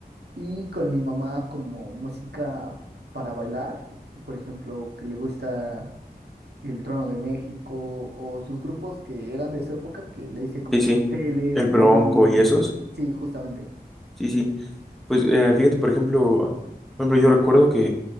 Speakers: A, on the right; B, in the centre.
A: Y con mi mamá como música para bailar, por ejemplo, que le gusta El Trono de México o sus grupos que eran de su época, que le hice como
B: sí, sí.
A: Los Teles,
B: El
A: Brindis,
B: Bronco y esos.
A: sí, justamente.
B: Sí, sí. Pues eh, fíjate, por ejemplo, por ejemplo, yo recuerdo que